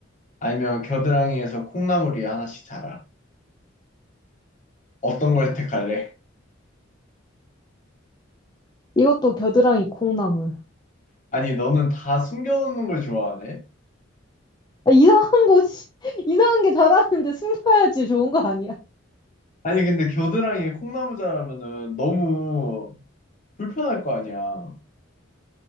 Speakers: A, on the left; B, on the left.
A: 아니면 겨드랑이에서 콩나물이 하나씩 자라. 어떤 걸 택할래?
B: 이것도 겨드랑이 콩나물.
A: 아니, 너는 다 숨겨놓는 걸 좋아하네?
B: 아, 이상한 곳이, <laughs> 이상한 게 잘하는데 숨겨야지 좋은 거 아니야?
A: 아니, 근데 겨드랑이에 콩나물 자라면은 너무 불편할 거 아니야.